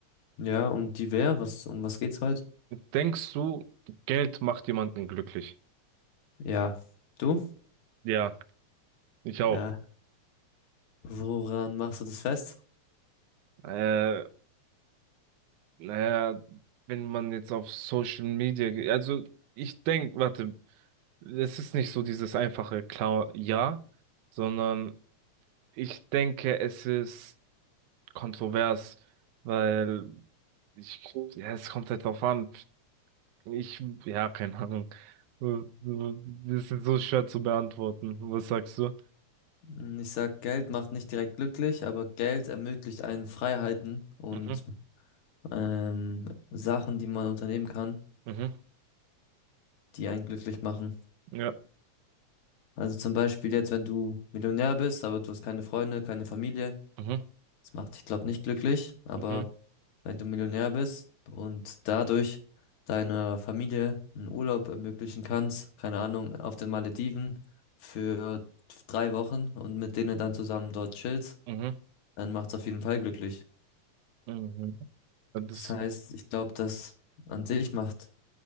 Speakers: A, on the left (about 75°); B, on the right (about 85°).
A: Ja, um die Wehr, was, um was geht's heute?
B: Denkst du, Geld macht jemanden glücklich?
A: Ja, du?
B: Ja, ich auch.
A: Ja, woran machst du das fest?
B: Äh, naja, wenn man jetzt auf Social Media geht, also ich denke, warte, es ist nicht so dieses einfache klar Ja, sondern ich denke, es ist kontrovers, weil ich, ja, es kommt halt drauf an. Ich, ja, keine Ahnung. Das ist so schwer zu beantworten. Was sagst du?
A: Hm, Ich sag, Geld macht nicht direkt glücklich, aber Geld ermöglicht einen Freiheiten und
B: Mhm,
A: ähm, Sachen, die man unternehmen kann,
B: mhm,
A: die einen glücklich machen.
B: ja,
A: Also zum Beispiel jetzt, wenn du Millionär bist, aber du hast keine Freunde, keine Familie,
B: mhm,
A: Das macht dich, glaube nicht glücklich, aber
B: mhm,
A: wenn du Millionär bist und dadurch deiner Familie einen Urlaub ermöglichen kannst, keine Ahnung, auf den Malediven für drei Wochen und mit denen dann zusammen dort chillst,
B: mhm,
A: dann macht's auf jeden Fall glücklich.
B: mhm. Das,
A: Das heißt, ich glaube, dass an sich macht